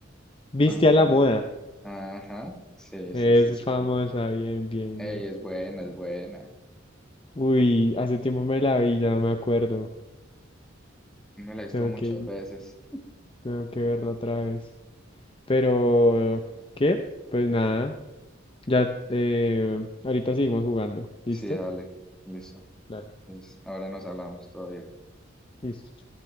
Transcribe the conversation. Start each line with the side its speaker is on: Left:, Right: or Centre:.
Left: viste
Centre: Ajá,
Left: a la moda,
Centre: ajá. Sí,
Left: eso
Centre: sí, sí, sí.
Left: es famosa, bien, bien,
Centre: Ey,
Left: bien.
Centre: es buena, es buena.
Left: Uy, hace tiempo me la vi, ya no me acuerdo.
Centre: Me la he visto
Left: Tengo
Centre: muchas
Left: que
Centre: veces.
Left: Tengo que verla otra vez. Pero, ¿qué? Pues nada. Ya, eh, ahorita seguimos jugando. ¿Listo?
Centre: Sí, dale, listo.
Left: Dale.
Centre: Entonces, ahora nos hablamos todavía.
Left: Listo.